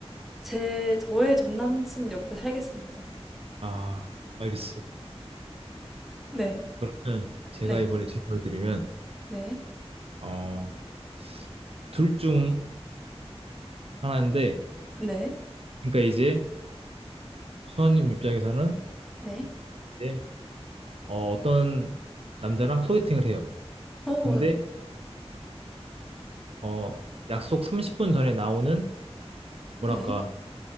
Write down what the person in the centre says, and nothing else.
제 저의 전 남친 옆에 살겠습니다.
네.
네.
네.
네.
네.
어
네.
네.